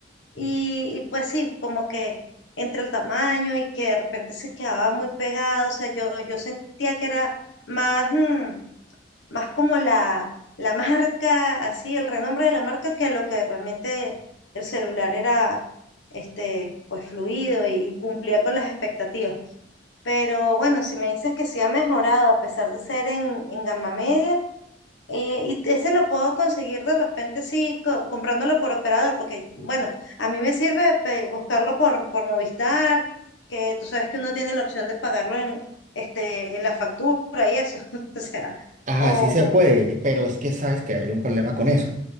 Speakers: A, on the left; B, on the right.
A: Y, y pues sí, como que entre el tamaño y que de repente se quedaba muy pegado, o sea, yo, yo sentía que era más, mm, más como la, la marca, así, el renombre de la marca, que lo que realmente el celular era, este, pues fluido y cumplía con las expectativas. Pero bueno, si me dices que sí ha mejorado a pesar de ser en, en gama media, eh, y ese lo puedo conseguir de repente sí co- comprándolo por operador, porque bueno, a mí me sirve pe- buscarlo por, por Movistar, que tú sabes que uno tiene la opción de pagarlo en, este, en la factura y eso, <laughs> o sea,
B: Ajá,
A: o
B: sí se puede, pero es que sabes que hay un problema con eso.